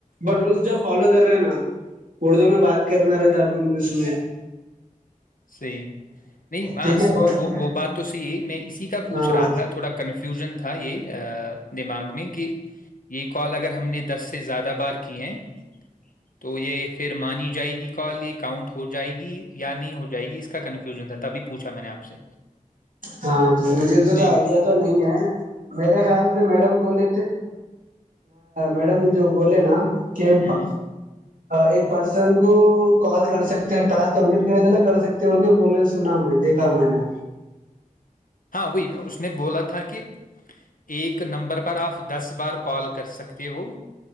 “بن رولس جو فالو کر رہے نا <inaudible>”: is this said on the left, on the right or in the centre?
Right